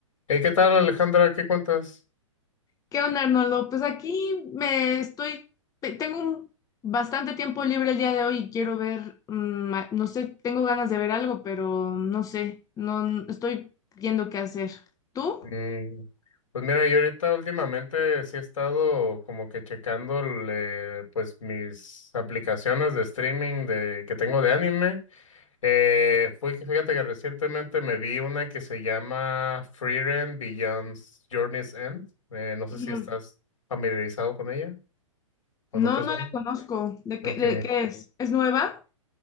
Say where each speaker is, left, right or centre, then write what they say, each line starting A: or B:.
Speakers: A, on the left; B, on the left.
A: Hey, ¿qué tal, Alejandra? ¿Qué cuentas?
B: ¿Qué onda, Arnoldo? Pues aquí me estoy, te- tengo un- bastante tiempo libre el día de hoy y quiero ver, mm, a- no sé, tengo ganas de ver algo, pero no sé, no n- estoy viendo qué hacer. ¿Tú?
A: Mm, pues mira, yo ahorita últimamente sí he estado como que checando eh, pues mis aplicaciones de streaming de, que tengo de anime. Eh, fui, fíjate que recientemente me vi una que se llama Frieren Beyond Journey's End. Eh, no sé
B: Ujú.
A: si estás familiarizado con ella o
B: No,
A: no te
B: no
A: suena.
B: la conozco. ¿De
A: Ok.
B: qué, de qué es? ¿Es nueva?